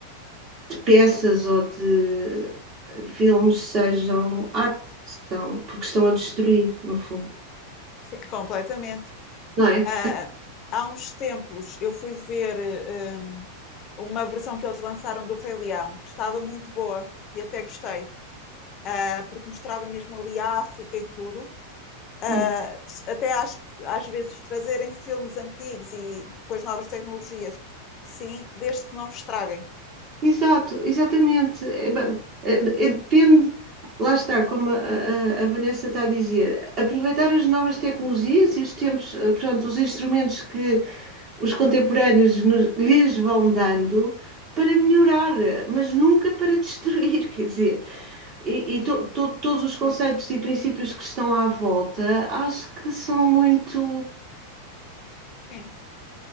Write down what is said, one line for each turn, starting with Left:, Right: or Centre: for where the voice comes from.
Right: de peças ou de filmes sejam arte, são, porque estão a destruir, no fundo,
Left: sim, completamente.
Right: não é?
Left: Ah, há uns tempos eu fui ver eh, uma versão que eles lançaram do Rei Leão, que estava muito boa e até gostei. uh, porque mostrava mesmo ali a África e tudo. Uh,
Right: é.
Left: até acho que às vezes trazerem filmes antigos e com as novas tecnologias, sim, desde que não estraguem.
Right: Exato, exatamente. É, é, é, depende, lá está, como a, a, a, Vanessa está a dizer, aproveitar as novas tecnologias e os tempos, eh, pronto, os instrumentos que os contemporâneos nos- lhes vão dando para melhorar, mas nunca para <laughs> destruir, quer dizer, e, e to- to- todos os conceitos e princípios que estão à volta acho que são muito
Left: Sim.